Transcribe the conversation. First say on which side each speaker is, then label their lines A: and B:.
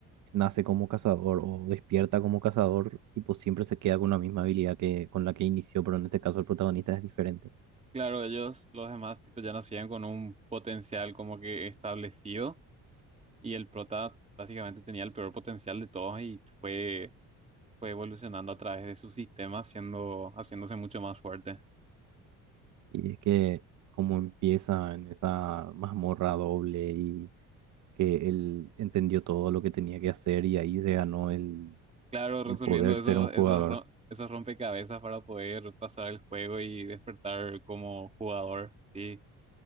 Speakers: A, on the right (about 60°); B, on the right (about 20°).
A: nace como cazador o despierta como cazador, tipo siempre se queda con la misma habilidad que con la que inició, pero en este caso el protagonista es diferente.
B: Claro, ellos, los demás, tipo, ya nacían con un potencial como que establecido y el prota básicamente tenía el peor potencial de todos y fue, fue evolucionando a través de su sistema, haciendo, haciéndose mucho más fuerte.
A: Y es que como empieza en esa mazmorra doble y que él entendió todo lo que tenía que hacer y ahí se ganó el,
B: Claro, resolviendo
A: el poder
B: esos,
A: ser un jugador.
B: esos, ro- esos rompecabezas para poder pasar el juego y despertar como jugador. Sí,